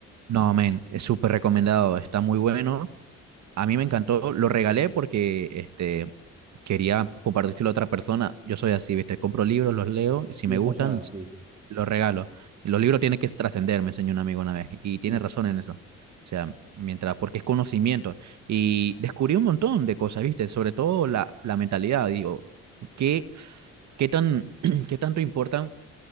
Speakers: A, on the right; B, on the right.
A: No, men, es súper recomendado, está muy bueno. A mí me encantó, lo regalé porque este, quería compartírselo a otra persona. Yo soy así, ¿viste? Compro libros, los leo y si
B: Y
A: me
B: después
A: gustan,
B: ya,
A: s-
B: sí, sí,
A: los regalo. Los libros tienen que trascender, me enseñó un amigo una vez y
B: sí,
A: tiene razón en eso. O sea, mientras, porque es conocimiento. Y descubrí un montón de cosas, ¿viste? Sobre todo la, la mentalidad. Digo, ¿qué, qué tan, <clears throat> qué tanto importan